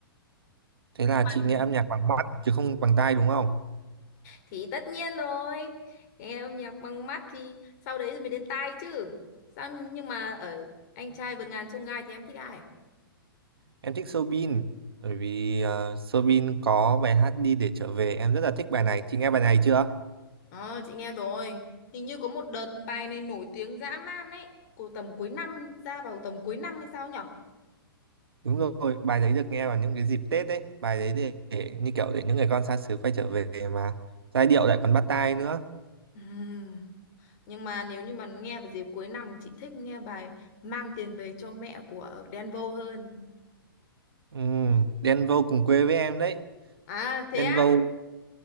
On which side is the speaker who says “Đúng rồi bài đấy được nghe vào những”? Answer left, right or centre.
Right